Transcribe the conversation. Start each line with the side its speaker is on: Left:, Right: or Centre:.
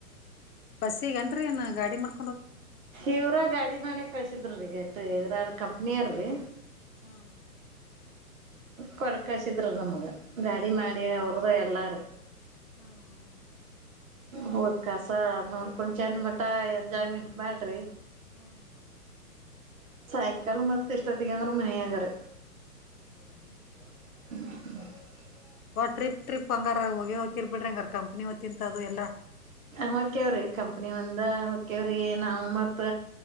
Left: ಬಸ್ಸಗನ್ರಿ ಏನ್ ಗಾಡಿ ಮಾಡ್
Right: ಇವ್ರ ಗಾಡಿ ಮಾಡಕ್ ಕಳ್ಸಿದ್ರ ರೀಗ ಎಷ್ಟ ಇದ್ರಾರ ಕಂಪ್ನಿಯರೀ.
Left: ಹಾ
Right: ಕೊಳ್ಕಸಿದ್ರ ನಮ್ಗ ಗಾಡಿ ಮಾಡಿ ಅವ್ರ್ದ ಎಲ್ಲಾರೀ.
Left: ಹ್ಮ ಹಾ
Right: ಹೋದ್ ಕಸ ನೋಡ್ಕೊಂಡ್ ಚೆಂದ ಮಟ ಎಂಜಾಯ್ಮೆಂಟ್. ಮಾಡ್ರಿ.
Left: ಹ್ಮ್
Right: ಸಾಯಂಕಾಲ ಮತ್ ಇಷ್ಟೊತ್ತಿಗೆ ಅಂದ್ರ ಮನೆಯಗಾರಿ.
Left: ಹೌದನ್ರಿ.
Right: <inaudible>
Left: ಒ ಟ್ರಿಪ್ ಟ್ರಿಪ್ ಹಂಗಾರ ಹೋಗಿ ಹೋಕಿರ್ ಬಿಡ್ರಿಂಗಾರ ಕಂಪ್ನಿ ವತ್ತಿಂತ ಅದು ಎಲ್ಲ.
Right: ಹೊಕ್ಯೆವ್ರಿ ಕಂಪ್ನಿ ಒಂದ ಹೊಕ್ಯವ್ರಿ ನಾವ್ ಮತ್